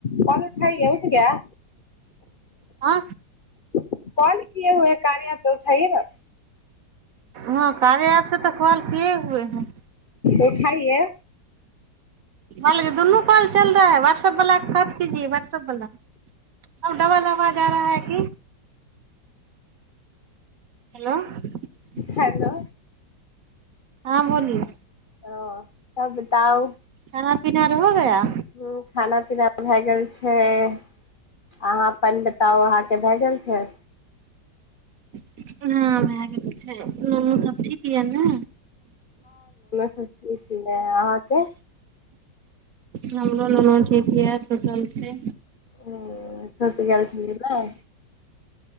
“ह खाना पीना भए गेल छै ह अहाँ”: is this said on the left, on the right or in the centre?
Left